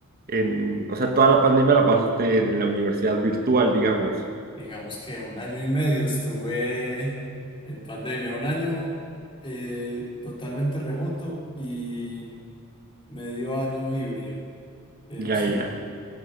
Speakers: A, on the right; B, on the left.
A: en, o sea, toda la pandemia la pasaste en la universidad virtual, digamos.
B: digamos que un año y medio estuve en pandemia, un año eh, totalmente remoto y medio año híbrido, pero
A: Ya,
B: sí.
A: ya.